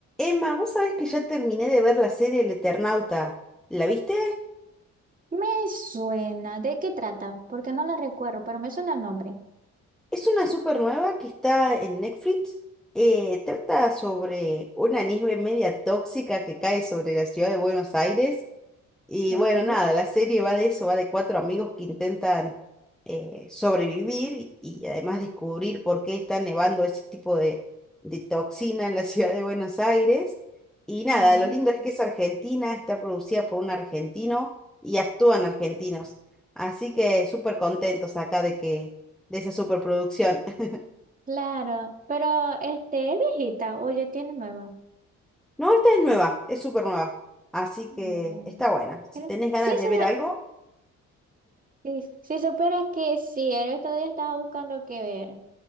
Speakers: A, in the centre; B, on the right.
A: Emma, vos sabés que ya terminé de ver la serie El Eternauta. ¿La viste?
B: Me suena. ¿De qué trata? Porque no la recuerdo, pero me suena el nombre.
A: Es una super nueva que está en Netflix. Eh, trata sobre una nieve media tóxica que cae sobre la ciudad de Buenos Aires Y
B: Ok.
A: bueno, nada, la serie va de eso, va de cuatro amigos que intentan eh, sobrevivir y, y además descubrir por qué está nevando ese tipo de, de toxina en la <laughs> ciudad de Buenos Aires. Y nada,
B: ujú.
A: lo lindo es que es argentina, está producida por un argentino y actúan argentinos. Así que súper contentos acá de que, de esa superproducción. <laughs>
B: Claro, pero este es viejita oye, tiene nueva.
A: No, esta es nueva, es súper nueva. Así
B: No.
A: que está buena. Si
B: Creo-
A: tenés ganas
B: Sí,
A: de
B: sí,
A: ver algo,
B: sí, sí, si supieras que sí, el otro día estaba buscando qué ver